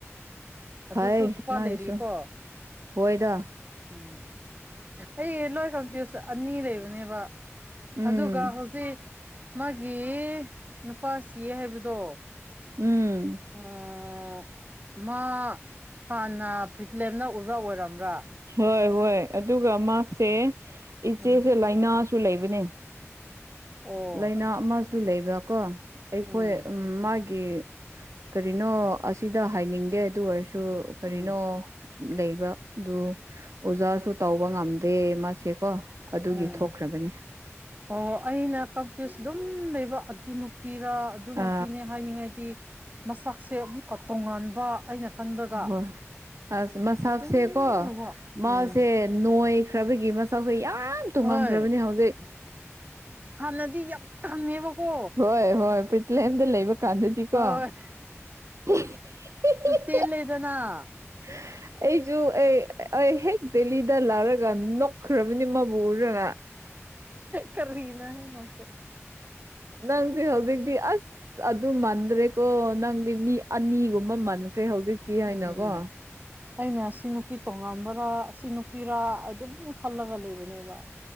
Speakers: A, on the right; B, on the right.
A: ꯑꯗꯨꯁꯨ
B: ꯐꯥꯏ
A: ꯅꯨꯄꯥ
B: ꯃꯥꯒꯤꯁꯨ
A: ꯂꯩꯔꯤꯀꯣ
B: ꯍꯣꯏꯗ
A: ꯎꯝ ꯑꯩ ꯂꯣꯏ ꯀꯟꯐ꯭ꯌꯨꯁ ꯑꯅꯤ ꯂꯩꯕꯅꯦꯕ
B: ꯎꯝ
A: ꯑꯗꯨꯒ ꯍꯧꯖꯤꯛ ꯃꯥꯒꯤ ꯅꯨꯄꯥ ꯁꯤꯌꯦ ꯍꯥꯏꯕꯗꯣ
B: ꯎꯝ
A: ꯑꯣ ꯃꯥ ꯍꯥꯟꯅ ꯐ꯭ꯔꯤꯊꯂꯦꯝꯅ ꯑꯣꯖꯥ ꯑꯣꯏꯔꯝꯕ꯭ꯔꯥ
B: ꯍꯣꯏ ꯍꯣꯏ ꯑꯗꯨꯒ ꯃꯥꯁꯦ ꯏꯆꯦꯁꯦ
A: ꯎꯝ
B: ꯂꯥꯏꯅꯥꯁꯨ ꯂꯩꯕꯅꯦ
A: ꯑꯣ
B: ꯂꯥꯏꯅꯥ ꯑꯃꯁꯨ ꯂꯩꯕ ꯀꯣ ꯑꯩꯈꯣꯏ
A: ꯎꯝ
B: ꯃꯥꯒꯤ ꯒꯤ ꯀꯔꯤꯅꯣ ꯑꯁꯤꯗ ꯍꯥꯏꯅꯤꯡꯗꯦ ꯑꯗꯨ ꯑꯣꯏꯔꯁꯨ ꯀꯔꯤꯅꯣ
A: ꯎꯝ
B: ꯂꯩꯕ ꯑꯗꯨ ꯑꯣꯖꯥꯁꯨ ꯇꯧꯕ ꯉꯝꯗꯦ ꯃꯥꯁꯦꯀꯣ ꯑꯗꯨꯒꯤ
A: ꯎꯝ
B: ꯊꯣꯛꯈ꯭ꯔꯕꯅꯤ
A: ꯑꯣ ꯑꯩꯅ ꯀꯟꯐ꯭ꯌꯨꯁ ꯑꯗꯨꯝ ꯂꯩꯕ ꯑꯗꯨ ꯅꯨꯄꯤꯔꯥ ꯑꯗꯨ ꯅꯨꯄꯤꯅꯦ
B: ꯑ
A: ꯍꯥꯏꯅꯤꯡꯉꯥꯏꯗꯤ ꯃꯁꯛꯁꯦ ꯑꯃꯨꯛ ꯇꯣꯉꯥꯟꯕ ꯑꯩꯅ ꯈꯟꯕꯒ
B: ꯍꯣꯏ ꯑꯁ ꯃꯁꯥꯛꯁꯦ
A: ꯑꯗꯨꯝ
B: ꯀꯣ
A: ꯇꯧꯕ
B: ꯃꯥꯁꯦ
A: ꯎꯝ
B: ꯅꯣꯏꯈ꯭ꯔꯕꯒꯤ ꯃꯁꯛꯁꯦ ꯌꯥꯝ ꯇꯨꯡꯍꯟꯈ꯭ꯔꯕꯅꯤ
A: ꯍꯣꯏ
B: ꯍꯧꯖꯤꯛ
A: ꯍꯥꯟꯅꯗꯤ ꯌꯥꯝ ꯀꯪꯉꯦꯕꯀꯣ
B: ꯍꯣꯏ ꯍꯣꯏ ꯄ꯭ꯔꯤꯊꯂꯝꯗ ꯂꯩꯕ ꯀꯥꯟꯗꯖꯤ
A: ꯍꯣꯏ
B: ꯀꯣ <unintelligible>
A: ꯇꯦꯜ ꯂꯦꯗꯅ
B: <inaudible> ꯑꯩꯁꯨ ꯑꯩ ꯑꯩ ꯍꯦꯛ ꯗꯦꯂꯤꯗ ꯂꯥꯛꯔꯒ ꯅꯣꯛꯈ꯭ꯔꯕꯅꯤ ꯃꯕꯨ ꯎꯔꯒ
A: ꯀꯔꯤꯅ ꯅꯪꯁꯨ
B: ꯅꯟꯁꯤ ꯍꯧꯖꯤꯛꯇꯤ ꯑꯁ ꯑꯗꯨ ꯃꯥꯟꯗ꯭ꯔꯦꯀꯣ ꯅꯪꯗꯤ ꯃꯤ ꯑꯅꯤꯒꯨꯝꯕ ꯃꯟꯈ꯭ꯔꯦ ꯍꯧꯖꯤꯛꯇꯤ
A: ꯎꯝ
B: ꯍꯥꯏꯅꯀꯣ
A: ꯑꯩꯅ ꯁꯤ ꯅꯨꯄꯤ ꯇꯣꯉꯥꯟꯕꯔꯥ ꯁꯤ ꯅꯨꯄꯤꯔꯥ ꯑꯗꯨꯝ ꯈꯜꯂꯒ ꯂꯩꯕꯅꯦꯕ